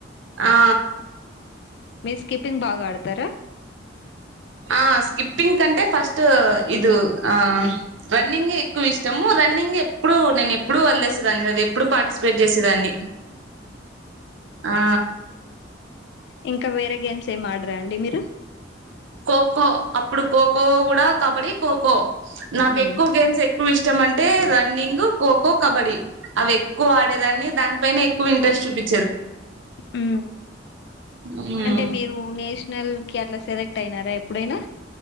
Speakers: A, on the right; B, on the left.
A: ఆ
B: మీ స్కిప్పింగ్ బాగా ఆడతారా
A: ఆ స్కిప్పింగ్ కంటే ఫస్ట్ ఇది ఆ రన్నింగ్ ఎక్కువ ఇష్టము రన్నింగ్ ఎప్పుడు నేను ఎప్పుడు వదిలేసేదాన్ని అదది ఎప్పుడు పార్టిసిపేట్ చేసేదాన్ని ఆ
B: ఇంకా వేరే గేమ్స్ సే ఆడరా అండి మీరు
A: ఖోఖో అప్పుడు ఖోఖో కూడా కబడ్డీ కోఖోఖో నాకు
B: మ్మ్
A: ఎక్కువ గేమ్స్ ఎ ఎక్కువ ఇష్టం అంటే రన్నింగ్ ఖోఖో కబడ్డీ అవి ఎక్కువ ఆడేదాన్ని దానిపైనే ఎక్కువ ఇంట్రెస్ట్ చూపి
B: ఉ
A: మ్
B: అంటే మీరు నేస్ నల్ కి అట్లా సెలెక్ట్ అయినారా ఎప్పుడైనా